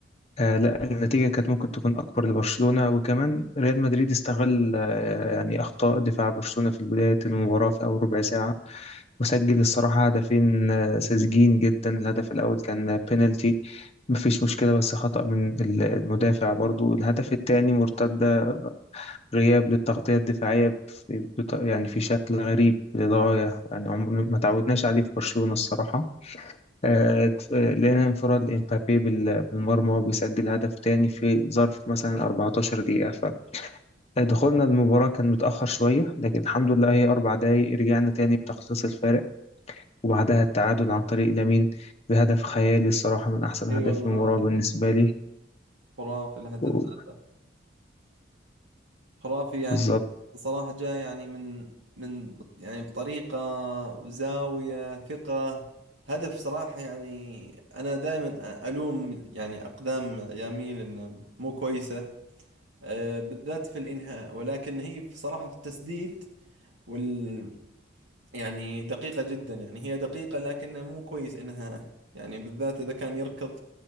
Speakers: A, on the left; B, on the right.
A: آه، لا النتيجة كانت ممكن تكون اكبر لبرشلونة وكمان ريال مدريد استغل آه، يعني اخطاء دفاع برشلونة في بداية المباراة في اول ربع ساعة وسجل الصراحة هدفين آه، ساذجين جدا الهدف الأول كان بينالتي مفيش مشكلة بس خطأ من ال- المدافع برضو الهدف التاني مرتدة غياب للتغطية الدفاعية في بط- يعني في شكل غريب للغاية يعني عمرنا ما تعودناش عليه في برشلونة الصراحة آه، ت- آه، لقينا انفراد لإمبابي بال- بالمرمى وبيسجل هدف تاني في ظرف مثلا 14 دقيقة فدخولنا المباراة كان متأخر شوية لكن الحمد لله هي أربع دقايق رجعنا تاني بتخصيص الفارق وبعدها التعادل عن طريق لامين بهدف خيالي الصراحة من أحسن
B: اي
A: أهداف
B: والله
A: المباراة بالنسبة لي
B: خرافي الهدف
A: و-
B: هذا خرافي يعني
A: بالظبط
B: صراحة جاء يعني من من بط- يعني بطريقة زاوية ثقة هدف صراحة يعني أنا دائما ألوم يعني أقدام ياميل إنها مو كويسة آه، بالذات في الإنهاء ولكن هي في- صراحة في التسديد وال يعني دقيقة جدا يعني هي دقيقة لكنها مو كويس إنها يعني بالذات إذا كان يركض